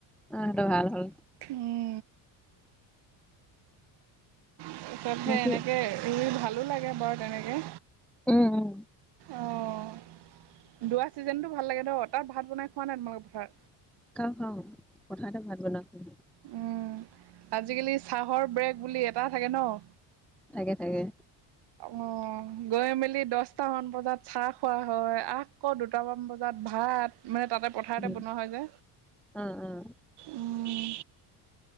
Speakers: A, in the centre; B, on the right.
A: অ' হেইটো ভাল হ'ল।
B: উম। তাৰিছত সেই
A: বাকী
B: এনেকে ৰুই ভালো লাগে বাৰু তেনেকে।
A: উম, উম,
B: অ' দুৱা চিজনটো ভাল লাগে ন' তাত ভাত বনাই? খোৱা নাই তোমালোকে ভাত?
A: খাওঁ খাওঁ। ককাহঁতে ভাত বনাইছেহে।
B: উম আজিকালি চাহৰ ব্ৰেগ বুলি এটা থাকে ন'?
A: থাকে থাকে।
B: অ'। গৈ মেলি দছটামান বজাত চাহ খোৱা হয় আকৌ দুটামান বজাত ভাত মানে তাতে পথাৰতে
A: উম,
B: বনোৱা হয় যে।
A: অ', অ',
B: উম।